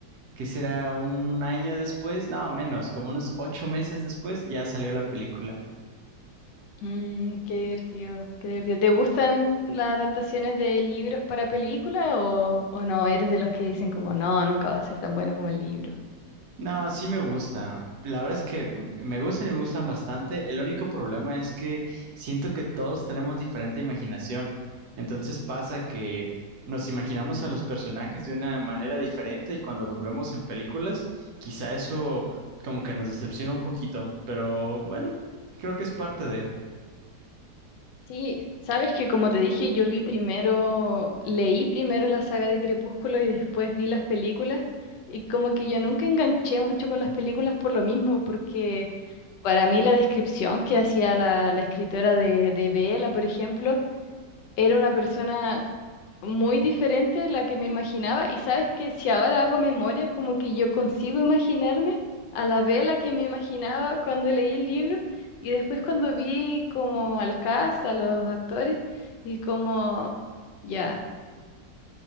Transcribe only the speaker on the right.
¿qué será? Un año después, no, menos, como unos ocho meses después ya salió la película.
No, sí me gustan. La verdad es que m- me gustan y me gustan bastante. El único problema es que siento que todos tenemos diferente imaginación. Entonces pasa que nos imaginamos a los personajes de una manera diferente y cuando los vemos en películas, quizá eso como que nos decepciona un poquito. Pero bueno, creo que es parte de...